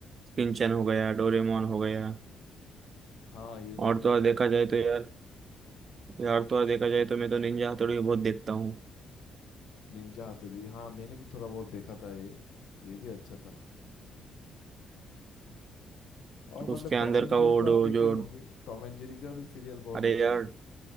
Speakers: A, on the right (about 45°); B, on the left (about 75°).
A: किंचन हो गया डोरेमोन हो गया
B: हाँ ये सब
A: और
B: तो
A: तो और देखा जाए तो यार यार तो और देखा जाए तो मैं तो निंजा हथौड़ी बहुत देखता हूँ
B: निंजा हथौड़ी हाँ मैंने भी थोड़ा बहुत देखा था ये ये भी अच्छा था और मतलब
A: उसके अंदर
B: टॉम एंड
A: का
B: जेरी
A: वो
B: तो आप
A: डो
B: देखे
A: जो
B: ही होंगे टॉम एंड जेरी का भी सीरियल बहुत
A: अरे
B: अच्छा
A: यार
B: होता था